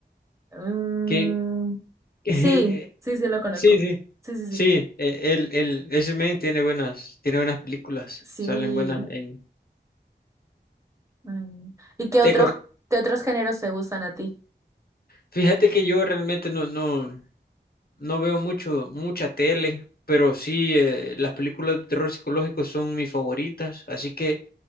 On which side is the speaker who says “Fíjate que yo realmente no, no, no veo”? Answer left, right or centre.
Left